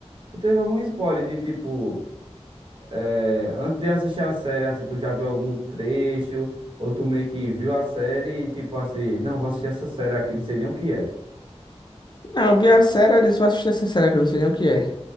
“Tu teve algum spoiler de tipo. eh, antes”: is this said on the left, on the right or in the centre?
Right